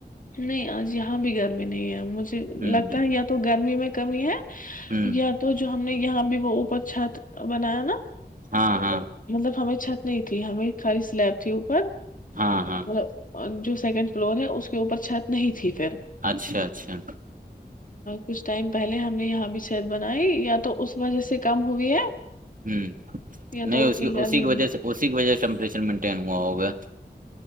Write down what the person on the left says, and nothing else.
نہیں آج یہاں بھی گرمی نہیں ہے مجھے
لگتا ہے یا تو گرمی میں کمی ہے
یا تو جو ہم نے یہاں بھی وہ اوپر چھت بنایا نا <inaudible>
مطلب ہمیں چھت نہیں تھی ہمیں خالی سلیب تھی اوپر
مطلب جو سیکنڈ فلور ہے اس کے اوپر چھت نہیں تھی پھر
کچھ ٹائم پہلے ہم نے یہاں بھی چھت بنائی یا تو اس وجہ سے کم ہوئی ہے
یا تو
اتنی
گرمی
نہیں